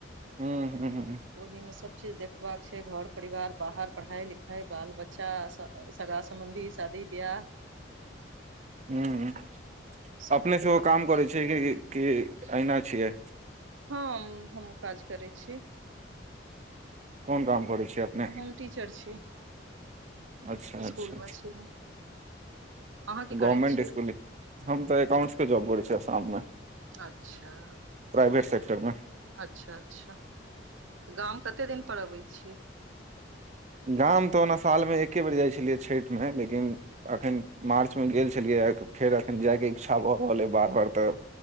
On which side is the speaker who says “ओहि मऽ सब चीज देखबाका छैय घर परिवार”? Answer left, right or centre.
Right